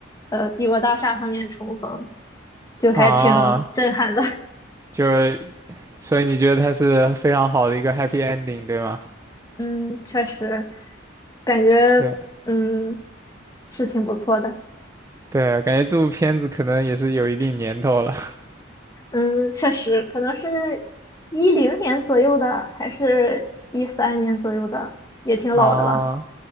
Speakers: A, on the left (about 20°); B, on the right (about 15°).
A: 呃帝国大厦上面重逢，就还挺震撼的，
B: 啊，就是所以你觉得它是非常好的一个 happy ending，对吗？
A: <laughs> 嗯，确实感觉。
B: 对
A: 嗯，是挺不错的。
B: 对，感觉这部片子可能也是有一定年头了
A: 嗯，确实，可能是一零年左右的，还是一三年左右的，也挺老的了，
B: <laughs> 啊。